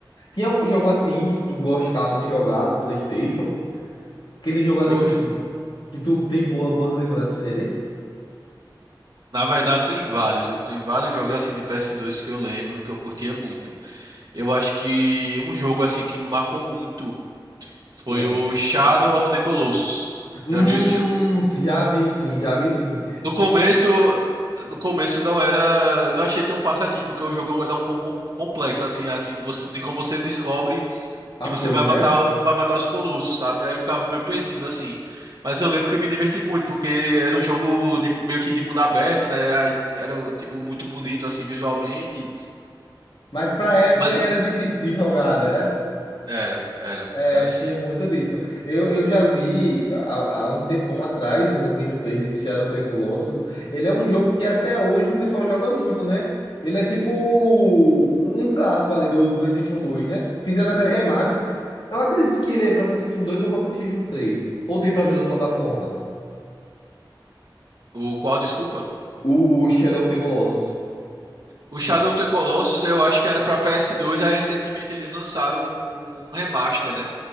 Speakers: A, on the left; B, on the right.
A: Tinha algum jogo assim que tu gostava de jogar do PlayStation? Aquele jogo ali
B: Oxe,
A: que, tipo, que tu tem boa, boas lembranças dele?
B: na verdade tem vários, viu? Tem vários jogos assim de PS2 que eu lembro que eu curtia muito. Eu acho que um jogo assim que me marcou muito foi
A: Ah.
B: o Shadow of the Colossus.
A: Hum,
B: Já viu esse jogo?
A: já vi sim, já vi sim.
B: No começo, no começo não era, eu não achei tão fácil assim, porque o jogo ele é um pouco com- complexo assim, assim, de você- de como você descobre
A: As
B: que você
A: coisas,
B: vai matar,
A: né?
B: o- vai matar os colossos, sabe? Aí eu ficava meio perdido assim. Mas eu lembro que eu me diverti muito, porque era um jogo de- meio que de mundo aberto, né? Aí era tipo muito bonito assim visualmente,
A: Mas pra época
B: mas
A: era
B: eu-
A: difícil de jogar, era?
B: era, era,
A: É,
B: era assim.
A: tinha muito disso. Eu,
B: O,
A: eu já vi há, há um tempão atrás umas gameplays de Shadow of the Colossus. Ele é um jogo que até hoje o pessoal joga muito, né? Ele é tipo um um clássico ali do, do PlayStation 2, né? Fizeram até remaster. Eu acredito que ele é pra PlayStation 2 ou pra PlayStation 3. Ou tem para as duas plataformas.
B: o qual, desculpa?
A: O Shadow of the Colossus.
B: O Shadow of the Colossus, eu acho que era pra PS2, aí recentemente eles lançaram um um remaster, né?